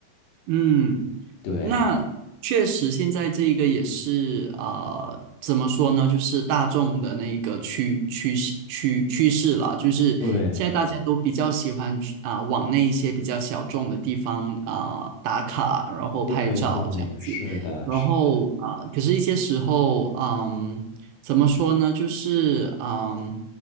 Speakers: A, on the right; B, on the left.
A: 嗯，
B: 对
A: 那确实，现在这个也是啊、呃怎么说呢？就是大众的那个趋趋势趋趋势啦，就是现在大家都比较喜欢去啊、
B: 对
A: 往那一些比较小众的地方啊、打卡，然后拍照这样子。
B: 对对，是的，
A: 然后啊、
B: 是的，
A: 可是一些时候，嗯。怎么说呢？就是，嗯，